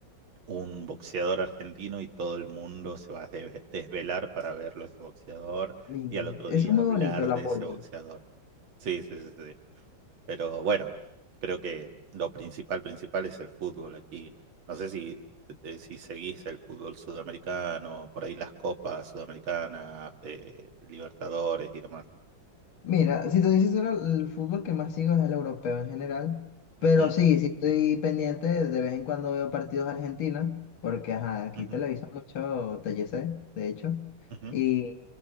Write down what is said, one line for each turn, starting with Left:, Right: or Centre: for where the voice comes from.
Right: un boxeador argentino y todo el mundo se va a desve- desvelar para verlo a ese boxeador
Left: mi-
Right: y al otro
Left: eso
Right: día
Left: es muy
Right: hablar
Left: bonito el apoyo.
Right: de ese boxeador. Sí, sí, sí, sí. Pero bueno, creo que lo principal, principal es el fútbol aquí. No sé si, te- te- si seguís el fútbol sudamericano, por ahí las copas sudamericanas, eh, Libertadores y demás.
Left: Mira, si te dices el fútbol que más sigo es el europeo en general, pero
Right: Ujú,
Left: sí, sí estoy pendiente, de vez en cuando veo partidos argentinos, porque ajá, aquí
Right: ujú,
Left: televisa mucho TLC, de hecho,
Right: ujú.
Left: y,